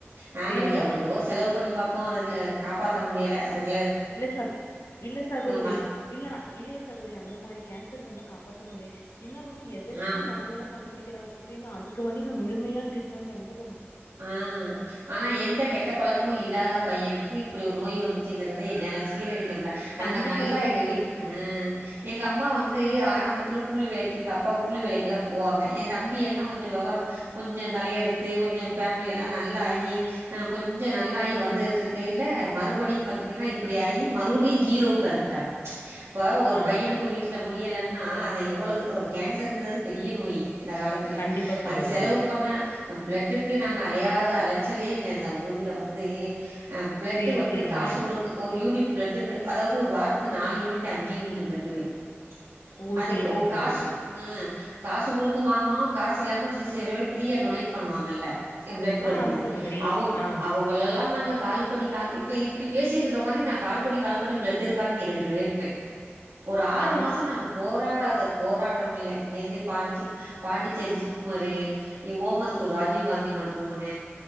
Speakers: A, on the right; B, on the left.
A: நாங்களும்
B: சேரிங்க
A: எவ்ளதோ
B: சகோதரி
A: செலவு பண்ணி பாத்தோம் அதுக்கு முடியல அதுக்கு
B: இல்ல ச இல்ல சகோதரி
A: மத்
B: இல்ல இல்லையே சகோதரி அந்த மாரி கேன்சர் வந்து காப்பாத்த <unintelligible> இன்னும் வந்து எத எதுக்கோ
A: ஆமா
B: மருந்தெல்லாம் கண்டுபுடிக்கிறாங்க மெயினாஅதுக்குவன்னினா முழுமையா ட்ரிட்மெண்ட் பண்ணுங்க
A: ஆ ஆனா எந்த கெட்ட பழக்கமு இல்லாத பையனுக்கு இப்டி ஒரு நோய் வந்துச்சுங்கறத என்னால ஜீரணிக்க முள்ள நாங்க
B: கண்டிப்பா
A: நல்லா
B: சகோதரி
A: எங்க வீட்டு ஆ எங்க அப் அம்மா வந்து ஆரம்பத்துல கூலி வேலக்கு எங்க அப்பா கூலி வேலக்கெலாம் போவாங்க என் தம்பி என்ன கொஞ்சம் விவரம் கொஞ்சம் தலைய எடுத்து கொஞ்சம் ஃபேமிலிய எல்லாம் நல்லாயி கொஞ்சம் நல்லாயி வந்துட்டு இருக்கையில மறுபடியும் பாத்தீங்கன்னா இப்படி ஆயி மறுபடியும் ஜீரோவுக்கு வந்துட்டாங்க ச்சி இப்ப ஒரு
B: அதா
A: பையனுக்கு
B: சகோதரி
A: வீட்டுல முடியலன்னா எவ்வளவு ஒரு கேன்சர்ங்கிறது பெரிய நோயி இந்த காலத்தில
B: கண்டிப்பா சகோதரி
A: அது செலவு பண்ணா பிளட்டு அழையாத அலைச்சலே இல்ல இந்த ஊர்ல வந்து பிளட்டு்
B: சேரி
A: வந்து
B: சேரிங்க
A: காசுகுடுத்து ஒரு யூனிட் பிளட்டு்னு அதாவது ஒரு வாரத்துக்கு நாலு யூனிட் அஞ்சு யூனிட் பிளட்டு வேணும்
B: ஓ
A: அதுக்கு
B: சேரிங்க சகோதரி
A: காசு உ காசு குடுத்தும் வாங்க பணோ காசு இல்லாம சில பேரு ஃப்ரியா டொனேட் பண்ணுவாங்கல்ல என்பிளட்டு
B: ஆ
A: வந்து
B: ஆமா சகோதரி
A: அவங்க
B: ஆ
A: அவங்களல்லாம் நாங்க கால் பண்ணி கால் இப்ப இப்டி பேசிட்டு இருக்க மாரி நான் கால் பண்ணி கால் பண்ணி பிளட் இருக்கான்னு கேட்டு இருப்பேன் ஒரு ஆறு
B: அதா
A: மாசம்
B: சகோதரி
A: நாங்க போராடாத போராட் <unintelligible> பாண்டிச்சேரி சிப்மாரு இ ஓமத்தூர் ராஜீவ் காந்தி மருத்துவமன